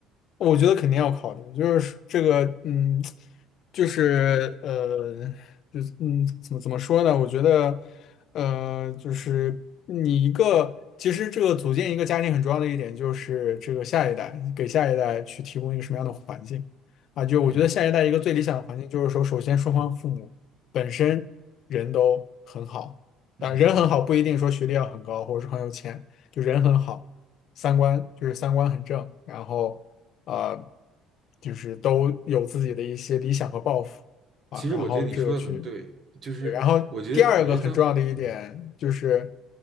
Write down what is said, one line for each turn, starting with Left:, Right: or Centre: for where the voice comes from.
Left: 我觉得肯定要考虑，就是这个，嗯，就是呃，就嗯，怎么怎么说呢？我觉得，呃，就是你一个，其实这个组建一个家庭很重要的一点就是这个下一代，给下一代去提供一个什么样的环境啊？就我觉得下一代一个最理想的环境就是说，
Right: 嗯
Left: 首先双方父母本身人都很好，
Right: 嗯嗯，
Left: 啊，人很好不一定说学历要很高或者是很有钱，就人很好。三观就是三观很正，然后呃，就是都有自己的一些理想和抱负啊，
Right: 其实我觉得你说的很对，
Left: 然后这个去，
Right: 就是我觉得我觉得在嗯，
Left: 然后第二个很重要的一点就是